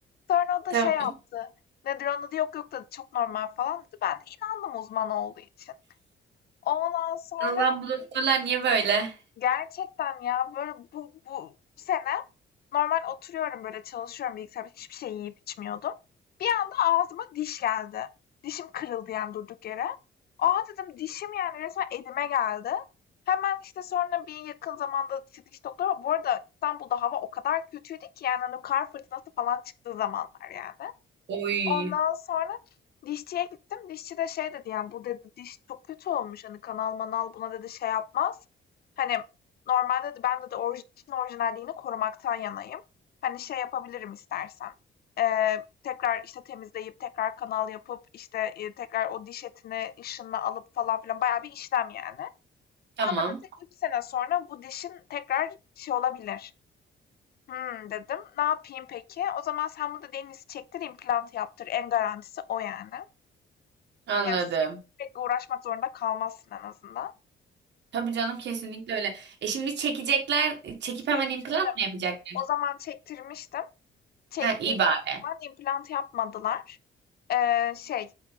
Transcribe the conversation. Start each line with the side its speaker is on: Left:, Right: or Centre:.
Left: Sonra o da
Right: Tamam.
Left: şey yaptı, nedir onun adı, "Yok, yok." dedi, "Çok normal." falan dedi. Ben de inandım uzman olduğu için. Ondan sonra
Right: Allah bu doktorlar niye böyle?
Left: Gerçekten ya böyle bu, bu, bu sene normal oturuyorum böyle çalışıyorum bilgisayarda hiçbir şey yiyip içmiyordum. Bir anda ağzıma diş geldi. Dişim kırıldı yani durduk yere. Aa dedim dişim yani resmen elime geldi. Hemen işte sonra bir yakın zamanda işte diş doktoru bu arada İstanbul'da hava o kadar kötüydü ki yani hani kar fırtınası falan çıktığı zamanlar yani.
Right: Oy.
Left: Ondan sonra dişçiye gittim. Dişçi de şey dedi yani bu dedi diş çok kötü olmuş. Hani kanal manal buna dedi şey yapmaz. Hani normalde dedi ben dedi orij dişin orijinalliğini korumaktan yanayım. Hani şey yapabilirim istersen. Eee, tekrar işte temizleyip tekrar kanal yapıp işte e, tekrar o diş etini ışınla alıp falan filan bayağı bir işlem yani.
Right: Tamam.
Left: Ama dedi 3 sene sonra bu dişin tekrar şey olabilir. Hımm, dedim. Ne yapayım peki? O zaman sen bunu da deniz çektir, implant yaptır. En garantisi o yani.
Right: Anladım.
Left: Yani sürekli sürekli uğraşmak zorunda kalmazsın en azından.
Right: Tabii canım kesinlikle öyle. E şimdi çekecekler. Çekip
Left: Çektirdim.
Right: hemen implant mı yapacaklar?
Left: O zaman çektirmiştim. Çektirdiğim
Right: Ha iyi bari.
Left: zaman implant yapmadılar. Eee, şey,